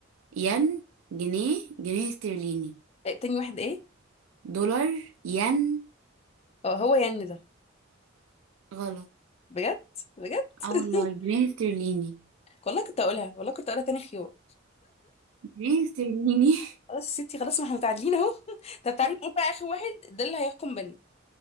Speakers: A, on the right; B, on the left.
A: ين جنيه جنيه استرليني
B: آه، تاني واحد ايه
A: دولار ين
B: اه هو ين ده
A: غلط
B: بجد بجد
A: اه
B: <laughs>
A: والله جنيه استرليني
B: والله كنت اقولها والله كنت اقولها تاني خيار
A: جنيه استرليني
B: خلاص يا ستي خلاص ما احنا متعادلين اهو <laughs> طب تعالي نقول بقى اخر واحد ده اللي هيحكم بينا